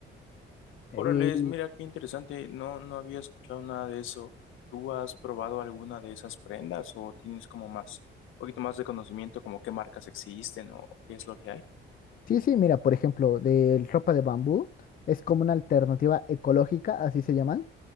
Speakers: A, on the left; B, on the left.
A: Eh,
B: Órales, mira qué interesante, no, no había escuchado nada de eso. ¿Tú has probado alguna de esas prendas o tienes como más, un poquito más de conocimiento como qué marcas existen o qué es lo que hay?
A: Sí, sí, mira, por ejemplo, de ropa de bambú, es como una alternativa ecológica, así se llaman.